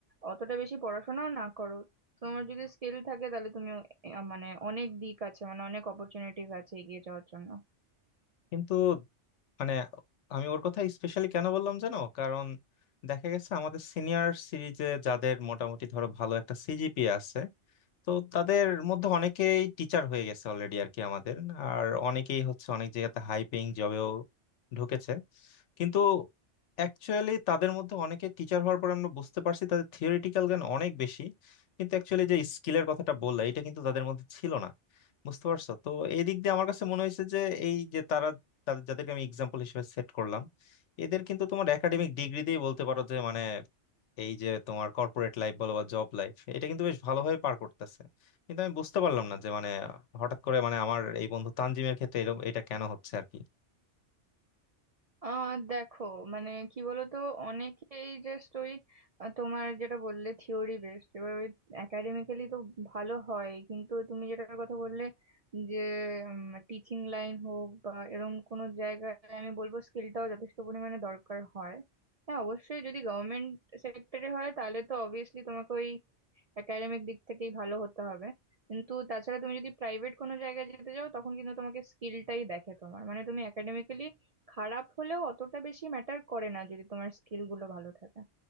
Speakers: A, on the right; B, on the left.
A: অতটা বেশি পড়াশোনাও না করো তোমার যদি স্কিল থাকে তাহলে তুমি এ- মানে অনেক দিক আছে মানে অনেক অপরচুনিটিস আছে এগিয়ে যাওয়ার জন্য
B: কিন্তু মানে আমি ওর কথা স্পেশালি কেন বললাম জানো কারণ দেখা গেছে আমাদের সিনিয়র সিরিজে যাদের মোটামুটি ধরো ভালো একটা সিজিপিএ আছে তো তাদের মধ্যে অনেকেই টিচার হয়ে গেছে অলরেডি আর কি আমাদের আর অনেকেই হচ্ছে অনেক জায়গাতে হাই পেইং জবেও ঢুকেছে কিন্তু অ্যাকচুয়ালি তাদের মধ্যে অনেকে টিচার হওয়ার পর আমরা বুঝতে পারছি তাদের থিওরিটিক্যাল জ্ঞান অনেক বেশি কিন্তু অ্যাকচুয়ালি যে স্কিলের কথাটা বললে এটা কিন্তু তাদের মধ্যে ছিল না বুঝতে পারছো তো এই দিক দিয়ে আমার কাছে মনে হয়েছে যে এই যে তারা তাদের যাদেরকে আমি এক্সাম্পল হিসেবে সেট করলাম এদের কিন্তু তোমার একাডেমিক ডিগ্রি দিয়ে বলতে পারো যে মানে এই যে তোমার কর্পোরেট লাইফ বলো বা জব লাইফ এটা কিন্তু বেশ ভালোভাবে পার করতেছে কিন্তু আমি বুঝতে পারলাম না যে মানে হঠাৎ করে মানে আমার এই বন্ধু তানজিমের ক্ষেত্রে এরকম এটা কেন হচ্ছে আর কি
A: আহ দেখো মানে কি বলতো অনেকেই জাস্ট ওই আহ, তোমার যেটা বললে থিওরি বেসড এবার ওই একাডেমিক্যালি তো ভালো হয় কিন্তু তুমি যেটার কথা বললে যে টিচিং লাইন হোক বা এরকম কোনো জায়গায় আমি বলবো স্কিলটাও যথেষ্ট পরিমাণে দরকার হয় হ্যাঁ অবশ্যই যদি গভর্নমেন্ট সেক্টরে হয় তাহলে তো অবভিয়াসলি তোমাকে ওই একাডেমিক দিক থেকেই ভালো হতে হবে কিন্তু তাছাড়া তুমি যদি প্রাইভেট কোনো জায়গায় যেতে যাও তখন কিন্তু তোমাকে স্কিলটাই দেখে তোমার মানে তুমি একাডেমিক্যালি খারাপ হলেও অতটা বেশি ম্যাটার করে না যদি তোমার স্কিল গুলো ভালো থাকে